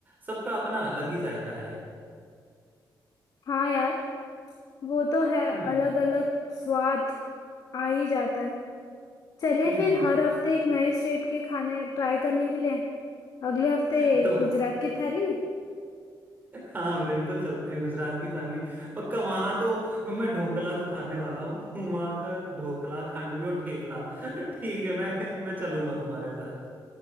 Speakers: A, on the right; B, on the left.
A: सबका अपना अलग ही जायका है
B: हाँ यार वो तो है
A: हम्म
B: अलग अलग स्वाद आ ही जाता है चले
A: हम्म
B: फिर
A: हम्म
B: हर हफ्ते एक नए स्टेट के खाने ट्राई करने के लिए अगले हफ्ते
A: <laughs> तो
B: गुजरात की थाली
A: हाँ बिल्कुल चलते हैं गुजरात की थाली पक्का वहां तो मैं ढोकला तो खाने वाला हूँ वहां का ढोकला खांडवी और ठेपला ठीक है मैं मैं चलूंगा तुम्हारे साथ